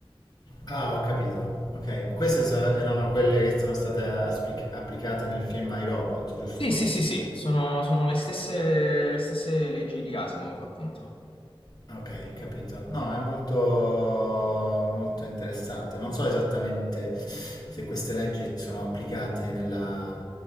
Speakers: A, on the left; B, on the left.
A: Ah, ho capito. Ok, queste sa- erano quelle che sono state asplic- applicate nel film ai robot, giusto?
B: Sì, sì, sì, sì, sono, sono le stesse, le stesse leggi di Asimov, appunto.
A: Ok, capito. No, è molto, molto interessante. Non so esattamente se queste leggi sono applicate nella...